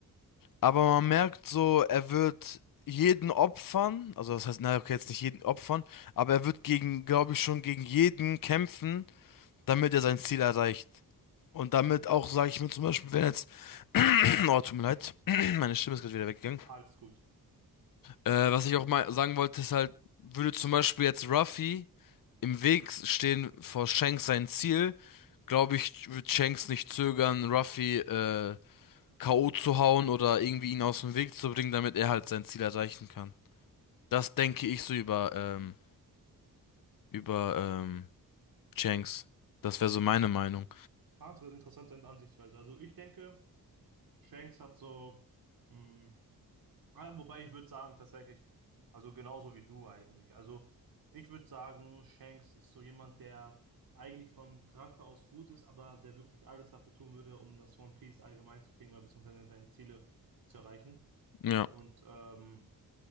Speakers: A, on the left (about 55°); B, on the right (about 60°).
A: aber man merkt so, er wird jeden opfern, also das heißt, naja, okay, jetzt nicht jeden opfern, aber er wird gegen, glaube ich, schon gegen jeden kämpfen, damit er sein Ziel erreicht. Und damit auch, sage ich mir zum Beispiel, wenn jetzt, <clears throat> oh, tut mir leid, <clears throat> meine Stimme ist gerade wieder weggegangen.
B: Alles gut.
A: Äh, was ich auch mal sagen wollte, ist halt, würde zum Beispiel jetzt Ruffy im Weg stehen vor Shanks sein Ziel, glaube ich, wird Shanks nicht zögern, Ruffy äh, K.O. zu hauen oder irgendwie ihn aus dem Weg zu bringen, damit er halt sein Ziel erreichen kann. Das denke ich so über, ähm, über ähm, Shanks. Das wäre so meine Meinung.
B: Ja, inter- Interessante Ansichtsweise. Also ich denke, Shanks hat so. mh, Ja, wobei ich würde sagen, tatsächlich, also genauso wie du eigentlich. Also ich würde sagen, Shanks ist so jemand, der eigentlich vom Charakter aus gut ist, aber der wirklich alles dafür tun würde, um das One Piece allgemein zu kriegen oder beziehungsweise seine Ziele zu erreichen.
A: Ja.
B: Und ähm,